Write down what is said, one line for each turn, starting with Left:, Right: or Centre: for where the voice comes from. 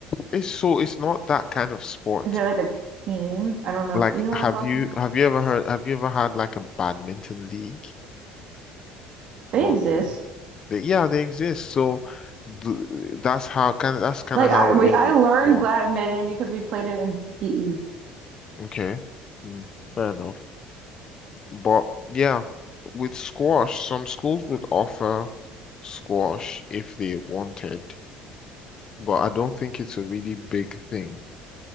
Left: It's so it's not that kind of sport.
Right: Is there like a team? I don't know.
Left: Like,
Right: You know what
Left: have
Right: I'm talking
Left: you
Right: about?
Left: have you ever heard? Have you ever had like a badminton league?
Right: They
Left: Not
Right: exist.
Left: really. They, yeah, they exist. So th that's how kind of that's kind
Right: Like
Left: of how
Right: I we
Left: it is
Right: I
Left: with
Right: learned
Left: sport.
Right: badminton because we played it in PE.
Left: Okay, Mm, fair enough. But yeah, with squash, some schools would offer squash if they wanted, but I don't think it's a really big thing